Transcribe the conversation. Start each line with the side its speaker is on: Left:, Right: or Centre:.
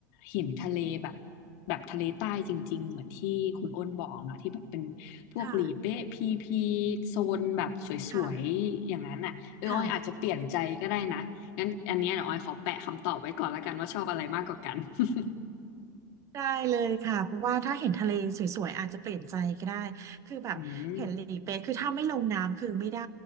Left: เห็นทะเลแบบแบบทะเลใต้จริงๆเหมือนที่คุณอ้นบอกเนาะที่แบบเป็นพวกหลีเป๊ะพีพี
Right: ค่ะ
Left: โซนแบบสวยๆอย่างนั้นอะเออออยอาจจะเปลี่ยนใจก็ได้นะงั้นอันเนี้ยเดี๋ยวออยขอแปะคำตอบไว้ก่อนละกันว่าชอบอะไรมากกว่ากัน
Right: ค่ะค่ะ
Left: <laughs>
Right: ได้เลยค่ะเพราะว่าถ้าเห็นทะเลสวยๆอาจจะเปลี่ยนใจก็ได้คือแบบเห็นหลีเป๊ะคือถ้าไม่ลงน้ำคือไม่ได้
Left: อืม